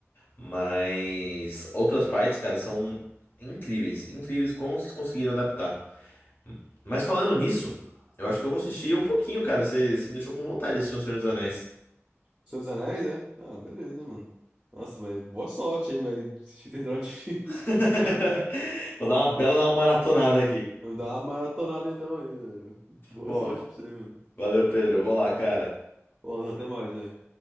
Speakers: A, on the left; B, on the right.
A: Mas outras partes, cara, são incríveis, incríveis como vocês conseguiram adaptar. Mas falando nisso, eu acho que eu vou assistir um pouquinho, cara. Você, você me deixou com vontade de assistir O Senhor dos Anéis.
B: Senhor dos Anéis, né? Ah, beleza, mano. Nossa, mas boa sorte aí, vai assistir esse droga de filme.
A: <laughs>
B: <laughs>
A: Vou dar uma bela dar uma maratonada aqui.
B: Vou dar uma maratonada então aí, velho. Boa
A: Bom,
B: sorte pra você, mano.
A: valeu, Pedro. Eu vou lá, cara.
B: Mano, olá, até mais, velho.